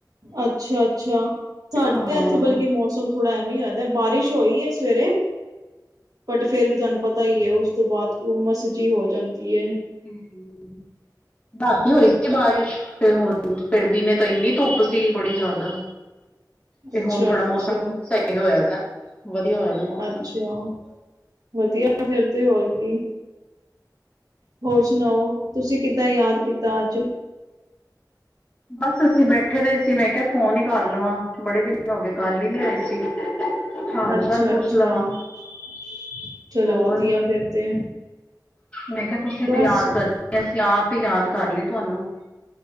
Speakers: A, on the right (about 60°); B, on the left (about 15°).
A: ਅੱਛਾ-ਅੱਛਾ ਸਾਡੇ
B: ਹਾਂ।
A: ਇੱਥੇ ਬਤਲਬਕ ਮੌਸਮ ਥੋੜਾ ਐਵੇਂ ਹੀ ਵੱਦਾ ਬਾਰਿਸ਼ ਹੋਈ ਹੈ ਸਵੇਰੇ। ਬਟ ਫੇਰ ਵੀ ਤੁਹਾਨੂੰ ਪਤਾ ਹੀ ਹੈ। ਉਸ- ਤੋਂ ਬਾਅਦ ਉਹਮਸ ਜਹੀ ਹੋ ਜਾਂਦੀ ਏ।
B: ਹਮ। ਰਾਤੀ ਹੋਈ ਸੀ ਬਾਰਿਸ਼'ਫਿਰ ਹੁਣ ਪਿਰਦੀ ਨੇ ਤਾਂ ਇੰਨੀ ਧੁੱਪ ਸੀ ਬੜੀ ਜ਼ਿਆਦਾ। ਫਿਰ
A: ਅੱਛਾ
B: ਹੁਣ ਥੋੜਾ
A: ਅੱਛਾ
B: ਮੌਸਮ ਸਹੀ ਹੋਇਆ ਦਾ। ਵਧੀਆ ਹੋਇਆ ਮੌਸਮ।
A: ਅੱਛਾ ਵਧੀਆ ਫਿਰ ਤੇ ਹੋਰ ਕੀ। ਹੋਰ ਸੁਣਾਓ?। ਤੁਸੀਂ ਕਿੱਦਾਂ ਯਾਦ ਕੀਤਾ ਅੱਜ?
B: ਬਸ ਅਸੀਂ ਬੈਠੇ ਰਹੇ ਸੀ, ਮੈਂ ਕਿਹਾ ਫੋਨ ਹੀ ਕਰ ਲਵਾਂ। ਬੜੇ ਦਿਨ ਹੋ ਗਏ ਗੱਲ ਹੀ ਨੀ ਆਈ ਸੀ। ਹਾਲ
A: ਅੱਛਾ
B: -ਚਾਲ ਪੁੱਛ
A: ਅੱਛਾ
B: ਲਵਾਂ।
A: <unintelligible>
B: ਹੋਰ।
A: ਵਧੀਆ ਫਿਰ ਤੇ
B: ਮੈਂ ਕਿਹਾ, ਤੁਸੀਂ
A: ਬਸ
B: ਤਾਂ ਯਾਦ ਕਰਨਾ ਨੀ। ਤੇ ਅਸੀਂ ਆਪ ਹੀ ਯਾਦ ਕਰ ਲਏ ਤੁਹਾਨੂੰ।